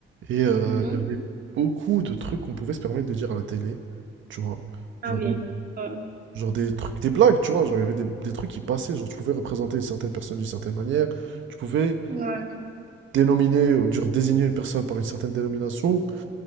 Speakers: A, on the right (about 75°); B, on the right (about 45°).
A: Et euh,
B: Mhm.
A: il y avait beaucoup de trucs qu'on pouvait se permettre de dire à la télé, tu vois.
B: Ah
A: Genre,
B: oui.
A: Mm.
B: Euh,
A: genre des trucs, des blagues, tu vois. Genre, il y avait des, des trucs qui passaient. Genre, tu pouvais représenter une certaine personne d'une certaine manière. Tu pouvais
B: ouais.
A: dénominer, ou genre, désigner une personne par une certaine dénomination.